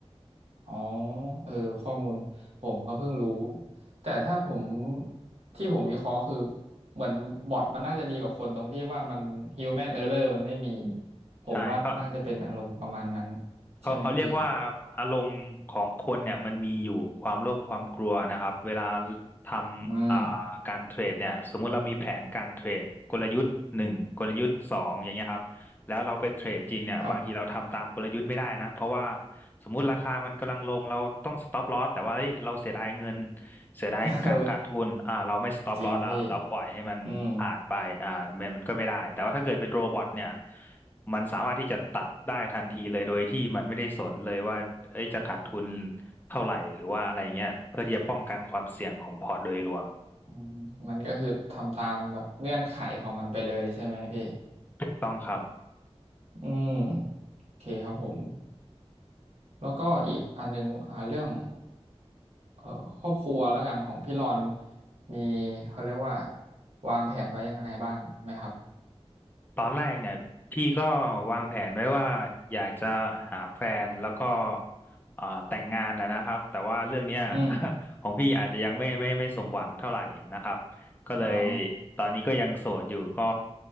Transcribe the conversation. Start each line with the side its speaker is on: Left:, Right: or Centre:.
Right: อ๋อ เออ ข้อมูลผมก็เพิ่งรู้ แต่ถ้าผมที่ผมวิเคราะห์คือเหมือนบอทมันน่าจะดีกว่าคนตรงที่ว่ามัน human error มันไม่มี ผมว่าน่าจะเป็นอารมณ์ประมาณนั้น
Left: ใช่เขา เขาเขาเรียกว่า
Right: ใช่ไหมพี่
Left: อารมณ์ของคนเนี่ยมันมีอยู่ความโลภความกลัวนะครับเวลาทำอ่า
Right: อืม
Left: การเทรดเนี่ยสมมุติเรามีแผนการเทรดกลยุทธ์หนึ่งกลยุทธ์สองอย่างเงี้ยครับแล้วเราไปเทรดจริงเนี่ยบางทีเราทำตามกลยุทธ์ไม่ได้นะเพราะว่า
Right: ครับ
Left: สมมุติราคามันกำลังลงเราต้องสต็อปลอสแต่ว่าเฮ้ยเราเสียดายเงินเสียดายการขาดทุนอ่าเราไม่สต็อปลอสแล้วเราปล่อยให้มันผ่านไปอ่ามันมันก็ไม่ได้แต่ว่าถ้าเกิดเป็นโรบอทเนี่ย
Right: <laughs> เออจริงพี่อืม
Left: มันสามารถที่จะตัดได้ทันทีเลยโดยที่มันไม่ได้สนเลยว่าเอ้ยจะขาดทุนเท่าไหร่หรือว่าอะไรเงี้ยเพื่อที่จะป้องกันความเสี่ยงของพอร์ตโดยรวม
Right: อืมมันก็คือทำตามแบบเงื่อนไขของมันไปเลยใช่ไหมพี่
Left: ถูกต้องครับ
Right: อืม โอเคครับผม แล้วก็อีกอันหนึงอ่าเรื่อง เอ่อครอบครัวแล้วกันของพี่รอนมีเขาเรียกว่าวางแผนไว้ยังไงบ้างไหมครับ
Left: ตอนแรกเนี่ยพี่ก็วางแผนไว้ว่าอยากจะหาแฟนแล้วก็เอ่อแต่งงานนะนะครับแต่ว่าเรื่องเนี้ย
Right: อืม
Left: <laughs> ของพี่อาจจะยังไม่ไม่ไม่สมหวังเท่าไหร่นะครับก็เลย
Right: อ๋อ
Left: ตอนนี้ก็ยังโสดอยู่ก็